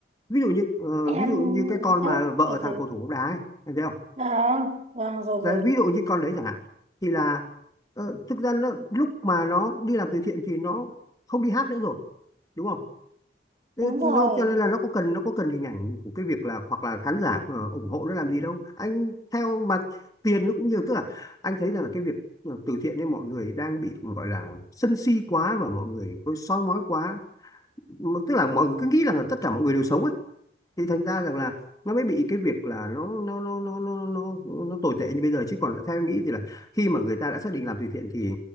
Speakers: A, on the left (about 20°); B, on the right (about 35°).
A: ví dụ như ờ, ví
B: em
A: dụ như cái con mà
B: em
A: vợ
B: từ
A: thằng
B: từ
A: cầu thủ bóng đá ấy, em thấy không
B: à, vâng rồi
A: đấy
B: rồi
A: ví dụ như con đấy chẳng hạn thì là ờ, thực ra nó, lúc mà nó đi làm từ thiện thì nó không đi hát nữa rồi đúng không Thế
B: đúng rồi
A: nó cho nên là nó có cần nó có cần hình ảnh của cái việc là hoặc là khán giả ờ, ủng hộ nó làm gì đâu anh theo mà tiền nó cũng nhiều tức là anh thấy rằng là cái việc ờ, từ thiện nên mọi người đang bị gọi là sân si quá và mọi người có soi mói quá Mà tức là mọi người cứ nghĩ rằng là tất cả mọi người đều xấu ấy thì thành ra rằng là nó mới bị cái việc là nó nó nó nó nó nó nó tồi tệ như bây giờ chứ còn theo em nghĩ thì là khi mà người ta đã xác định làm từ thiện thì